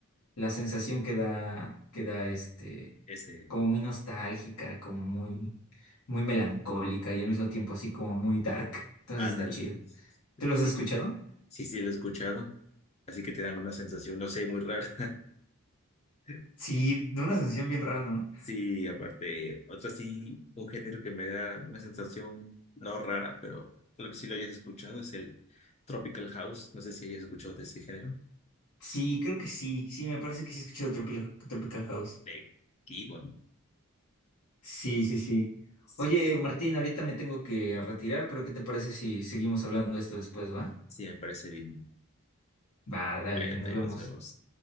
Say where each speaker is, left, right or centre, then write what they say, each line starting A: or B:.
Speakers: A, on the left; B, on the left.
A: la sensación que da, que da este,
B: ese,
A: como muy nostálgica, como muy, muy melancólica y al mismo tiempo así como muy dark. Entonces
B: ándale.
A: está chido. ¿Tú los
B: Sí,
A: has escuchado?
B: sí, sí lo he escuchado, así que te da alguna sensación, no sé, muy rara. <laughs>
A: Sí, de una sensación bien rara, ¿no?
B: Sí, aparte, otro sí, un género que me da una sensación no rara, pero tal vez sí lo hayas escuchado, es el Tropical House. No sé si hayas escuchado de ese género.
A: Sí, creo que sí. Sí, me parece que sí he escuchado Tropical, Tropical House.
B: De Gibbon.
A: Sí, sí, sí.
B: Sí,
A: Oye,
B: es-
A: Martín, ahorita me tengo que retirar, pero ¿qué te parece si seguimos hablando de esto después, va?
B: sí, me parece bien.
A: Va, dale,
B: Ahí
A: nos
B: ahí
A: vemos.
B: nos vemos.